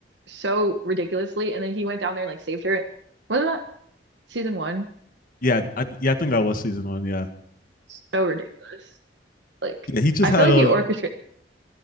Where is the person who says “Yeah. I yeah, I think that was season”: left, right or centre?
Left